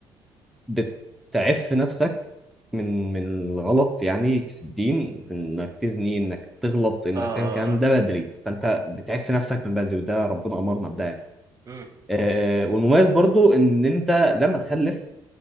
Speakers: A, in the centre; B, on the right.
A: بتعف نفسك من من الغلط يعني في الدين انك تزني انك تغلط انك
B: اه اه
A: تعمل كلام
B: اه
A: ده بدري فانت بتعف نفسك من بدري وده ربنا امرنا بده يعني
B: امم
A: آه، والمميز برضو ان انت لما تخلف